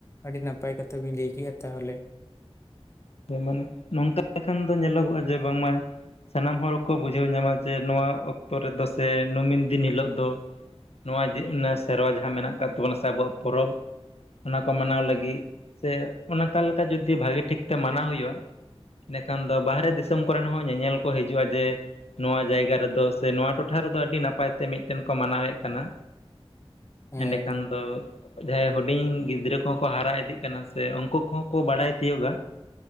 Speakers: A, on the left; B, on the left.
A: ᱟᱹᱰᱤ ᱱᱟᱯᱟᱼᱭ ᱠᱟᱛᱷᱟ ᱵᱤᱱ ᱞᱟᱹᱭ ᱠᱮᱫᱼᱟ ᱛᱟᱦᱚᱞᱮ᱾
B: ᱡᱮᱢᱚᱱ ᱱᱚᱝᱠᱟ ᱞᱮᱠᱷᱟᱱ ᱫᱚ ᱧᱮᱞᱚᱜᱚᱜᱼᱟ ᱡᱮ ᱵᱟᱝᱢᱟ ᱥᱟᱱᱟᱢ ᱦᱚᱲ ᱠᱚ ᱵᱩᱡᱷᱟᱹᱣ ᱧᱟᱢᱟ ᱡᱮ ᱱᱚᱣᱟ ᱚᱠᱛᱚ ᱨᱮᱫᱚ ᱥᱮ ᱱᱢᱤᱱ ᱫᱤᱱ ᱦᱤᱞᱳᱜ ᱫᱚ ᱱᱚᱹᱣᱟ ᱡᱮ ᱥᱮᱨᱣᱟ ᱡᱟᱦᱟᱸ ᱢᱮᱱᱟᱜ ᱟᱠᱟᱫ ᱛᱟᱵᱚᱱᱟ ᱥᱮ ᱟᱵᱚᱣᱟᱜ ᱯᱚᱨᱚᱵᱽ ᱚᱱᱟ ᱠᱚ ᱢᱟᱱᱟᱣᱟ ᱞᱟᱹᱜᱤᱫ ᱥᱮ ᱚᱱᱠᱟᱹ ᱞᱮᱠᱟ ᱡᱚᱫᱤ ᱵᱷᱟᱹᱜᱤ ᱴᱷᱤᱠ ᱛᱮ ᱢᱟᱱᱟᱣᱟ ᱦᱩᱭᱩᱜᱼᱟ᱾ ᱮᱸᱰᱮᱸᱠᱷᱟᱱ ᱫᱚ ᱵᱟᱦᱨᱮ ᱫᱤᱥᱚᱢ ᱠᱚᱨᱮᱱ ᱦᱚ ᱧᱮᱧᱮᱞ ᱠᱚ ᱦᱤᱡᱩᱜᱼᱟ ᱡᱮ ᱱᱚᱣᱟ ᱡᱟᱭᱜᱟ ᱨᱮᱫᱚ ᱥᱮ ᱱᱚᱣᱟ ᱴᱚᱴᱷᱟ ᱨᱮᱫᱚ ᱟᱹᱰᱤ ᱱᱟᱯᱟᱭ ᱛᱮ ᱢᱤᱫᱴᱮᱱ ᱠᱚ ᱢᱟᱱᱟᱣᱮᱫ ᱠᱟᱱᱟ᱾
A: ᱦᱮᱸ
B: ᱮᱸᱰᱮᱸᱠᱷᱟᱱ ᱫᱚ ᱡᱟᱦᱟᱸᱭ ᱦᱩᱰᱤᱧ ᱜᱤᱫᱽᱨᱟᱹ ᱠᱚᱦᱚ ᱠᱚ ᱦᱟᱨᱟ ᱤᱫᱤᱜ ᱠᱟᱱᱟ ᱥᱮ ᱩᱱᱠᱩ ᱠᱚᱦᱚ ᱠᱚ ᱵᱟᱲᱟᱭ ᱛᱤᱭᱳᱚᱜᱟ,